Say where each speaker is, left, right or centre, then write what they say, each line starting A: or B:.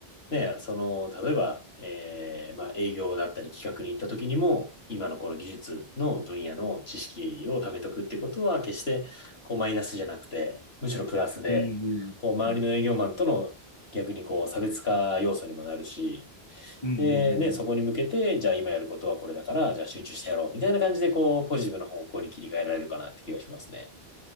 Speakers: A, on the left (about 75°); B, on the left (about 35°).
A: ね、その、例えば、えーまあ、営業だったり企画に行った時にも、今のこの技術の分野の知識を貯めとくってことは、決してこうマイナスじゃなくて、むしろプラスで、
B: うん。うんうんうん。
A: こう周りの営業マンとの逆にこう差別化要素にもなるし、
B: うんうんうんうん。
A: で、ね、そこに向けて、じゃあ今やることはこれだから、じゃあ集中してやろうみたいな感じで、こう、ポジティブな方向に切り替えられるかなって気がしますね。